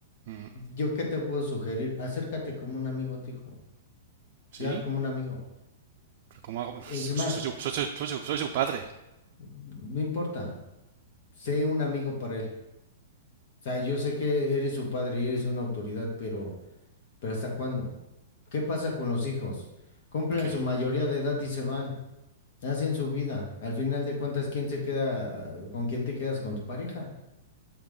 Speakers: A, on the right; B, on the left.
A: Mm,
B: ¿Yo qué te puedo sugerir? Acércate como un amigo a tu hijo,
A: ¿sí?
B: ya como un amigo.
A: ¿Pero cómo hago? Soy,
B: Es más,
A: soy- soy soy soy su- soy su padre.
B: no importa, sé un amigo para él. O sea, yo sé que eres su padre y eres una autoridad, pero, pero ¿hasta cuándo? ¿Qué pasa con los hijos? Cumplen
A: ¿Qué?
B: su mayoría de edad y se van, hacen su vida. Al final de cuentas, ¿quién se queda, eh, con quién te quedas con tu pareja?